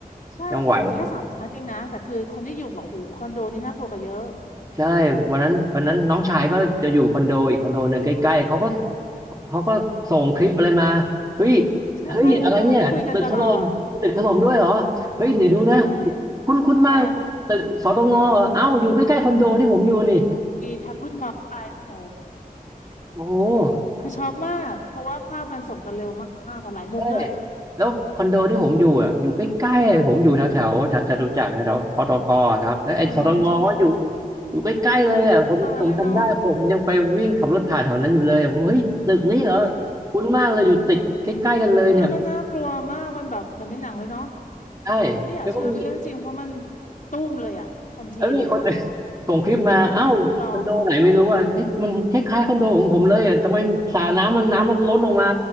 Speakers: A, on the left (about 60°); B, on the right (about 25°).
A: ใช่ค่ะจะมีแค่สามชั้นเองนะแต่คือคนที่อยู่บบโหคอนโดนี่น่ากลัวกว่าเยอะ
B: ยังไหวใช่วันนั้นวันนั้นน้องชายก็จะอยู่คอนโดอีกคอนโดหนึ่งใกล้ๆเขาก็เขาก็ส่งคลิปอะไรมาเฮ้ย
A: อืมใช่ใช่หูตอนนั้นคุยกันตลอด
B: เฮ้ยอะไรเนี่ยตึกถล่มตึกถล่มด้วยเหรอเฮ้ยเดี๋ยวดูนะ
A: ใช่ใช่
B: คุ้นคุ้นมากตึกสตงเอ้าอยู่ใกล้ๆคอนโดที่ผมอยู่นี่
A: แชร์ทักรุ่นน้องไปโห
B: โอ้
A: คือช็อกมากเพราะว่าภาพมันส่งกันเร็วมากๆค่ะหลายมุมด้วย
B: ใช่แล้วคอนโดที่ผมอยู่อ่ะอยู่ใกล้ๆผมอยู่แถวแถวจตุจักรแถวอตกครับแล้วไอ้สตงว่อยู่
A: โอโซนนนท์ใช่ไหมคะ
B: อยู่ใกล้ๆเลยอ่ะผมผมจำได้ผมยังไปวิ่งขับรถผ่านแถวนั้นอยู่เลยอะผมเฮ้ยตึกนี้เหรอ
A: อือหือตรงนั้นเลยเนาะอืม
B: คุ้นมากเลยอยู่ติดใกล้ๆกันเลยเนี่ย
A: เออแล้วมันน่ากลัวมากมันแบบเหมือนในหนังเลยเนาะ
B: ใช่
A: ไม่อยากเชื่อเป็นเรื่องจริงเพราะมัน
B: แล้วก็มี
A: ตุ้มเลยอะทันทีเลย
B: แล้วมีคนหนึ่ง <laughs> ส่งคลิปมาเอ้าคอนโดไหนไม่รู้อ่ะเฮ้ยมันคล้ายๆคอนโดของผมเลยอ่ะทำไมสระน้ำมันน้ำมันล้นออกมา
A: ไม่ต้องรอ